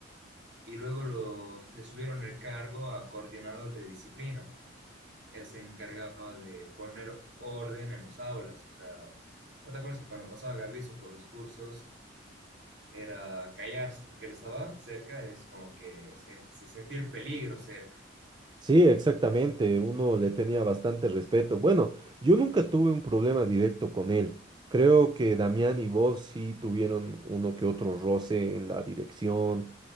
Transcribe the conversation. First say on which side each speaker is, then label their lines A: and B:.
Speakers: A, on the right; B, on the right.
A: Y luego los, le subieron el cargo a coordinador de disciplina. Él se encargaba de poner orden en los aulas. O sea, ¿no te acuerdas que cuando pasaba Garbizo por los cursos era callarse, porque él estaba cerca, es como que se, se sentía el peligro cerca.
B: Sí, exactamente, uno le tenía bastante respeto. Bueno, yo nunca tuve un problema directo con él. Creo que Damián y vos sí tuvieron uno que otro roce en la dirección